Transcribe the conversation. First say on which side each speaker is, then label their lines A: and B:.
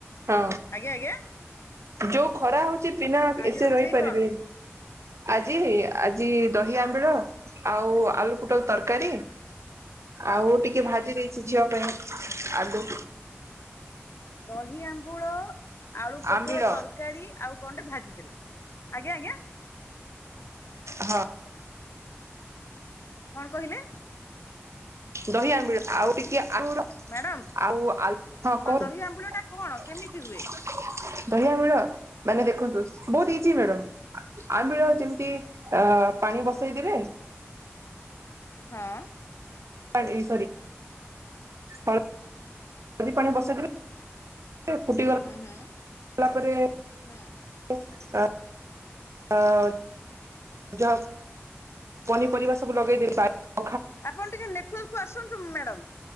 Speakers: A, on the right (about 80°); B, on the left (about 65°).
A: ହଁ
B: ଆଜ୍ଞା ଆଜ୍ଞା
A: ଯୋଉ ଖରା ହଉଛି। ଚି ବିନା
B: ଆଜି
A: ଏସିରେ
B: ରୋଷେଇ
A: ରହିପାରିବେ
B: କଣ?
A: ଆଜି ହେ ଆଜି ଦହି ଆମ୍ବିଳ ଆଉ ଆଳୁ କୁ ପୋଟଳ ତରକାରୀ
B: ହୁଁ
A: ଆଉ ଟିକେ
B: ହୁଁ
A: ଭାଜି
B: ହୁଁ
A: ଦେଇଛି ଝିଅ ପାଇଁ ଆଲୁ
B: ଦହି ଆମ୍ବୁଳ ଆଳୁ ପୋଟଳ
A: ଆମ୍ବିଳ
B: ତରକାରୀ ଆଉ କଣ ଟେ ଭାଜି ଆଜ୍ଞା ଆଜ୍ଞା
A: ହଁ
B: କଣ କହିଲେ?
A: ଦହିଆମିଳ ଆଉ ଟିକେ <inaudible> ଆଳ
B: ମ୍ୟାଡାମ
A: ଆଉ ଆ ହଁ କୁହନ୍ତୁ।
B: ଦହି ଆମ୍ବୁଳ ଟା କଣ କେମିତି ହୁଏ?
A: ଦହିଆ ଆମିଳ ମାନେ ଦେଖନ୍ତୁ ବହୁତ ଇଜି ମ୍ୟାଡ଼ ଆମିଳ ଯେମିତି ପାଣି ବସେଇଦବେ
B: ହଁ
A: ଜି ସରି ଫଳ ଦହି ପାଣି ବସେଇଦେବେ ଫୁଟିଗଲା
B: ହୁଁ ହୁଁ
A: ଗଲା ପରେ
B: ହୁଁ
A: ହ ହଁ <inaudible> ପନିପରିବା ସବୁ ଲଗେଇଦେବ <inaudible>
B: ଆପଣ ଟିକେ ନେଟୱାର୍କ କୁ ଆସନ୍ତୁ ମ୍ୟାଡମ।